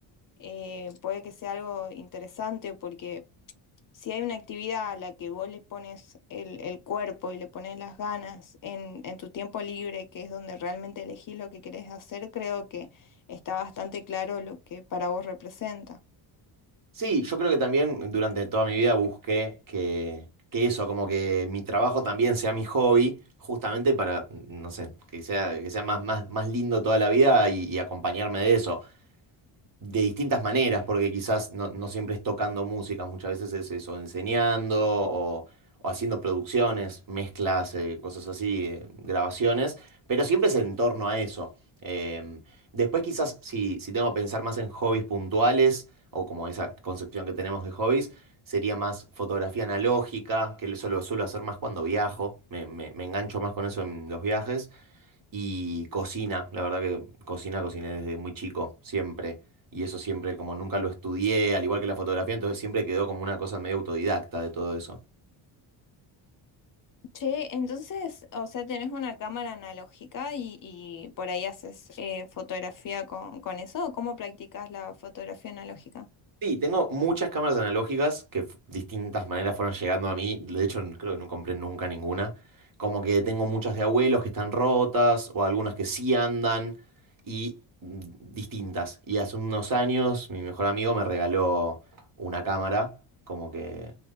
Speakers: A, on the left (about 45°); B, on the right (about 45°).
A: eh, puede que sea algo interesante porque si hay una actividad a la que vos le pones el, el cuerpo y le pones las ganas en, en tu tiempo libre, que es donde realmente elegís lo que querés hacer, creo que está bastante claro lo que para vos representa.
B: Sí, yo creo que también durante toda mi vida busqué que, que eso, como que mi trabajo también sea mi hobby, justamente para, no sé, que sea, que sea más, más, más lindo toda la vida y, y acompañarme de eso. de distintas maneras, porque quizás no, no siempre es tocando música, muchas veces es eso, enseñando o, o haciendo producciones, mezclas, eh, cosas así, eh, grabaciones, pero siempre es en torno a eso. Em, después quizás si, si tengo que pensar más en hobbies puntuales o como esa concepción que tenemos de hobbies, sería más fotografía analógica, que eso lo suelo hacer más cuando viajo, me, me- me engancho más con eso en los viajes y cocina, la verdad que cocina, cociné desde muy chico, siempre. Y eso siempre, como nunca lo estudié, al igual que la fotografía, entonces siempre quedó como una cosa medio autodidacta de todo eso.
A: Che, entonces, o sea, tenés una cámara analógica y, y por ahí haces eh, fotografía con, con eso, ¿o cómo practicas la fotografía analógica?
B: Sí, tengo muchas cámaras analógicas que f- distintas maneras fueron llegando a mí. De hecho, n- creo que no compré nunca ninguna. Como que tengo muchas de abuelos que están rotas o algunas que sí andan y mm, distintas. Y hace unos años mi mejor amigo me regaló una cámara, como que